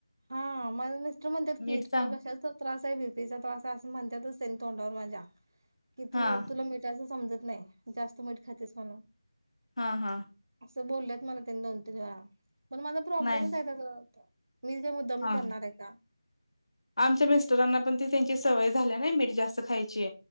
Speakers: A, on the right; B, on the left.
A: हा माझं मिस्टर म्हणत्यात
B: मीठ
A: की तुला
B: चांग
A: कशाचा त त्रास आहे, बीपीचा त्रास आहे असं म्हणत्यातच तेनी तोंडावर माझ्या कि
B: हां
A: तू तुला मिठाचं समजत नाई जास्त मीठ खातेस म्हणून
B: हा हा.
A: अस बोलल्यात मला. <unintelligible> पण माझा प्रॉब्लेमच
B: नाही नाही
A: आहेत अगं मी काय मुद्दाम
B: हां
A: करणार
B: हां.
A: आहे का
B: आमच्या मिस्टरांना पण त त्यांची सवय झाली ना मीठ जास्त खायची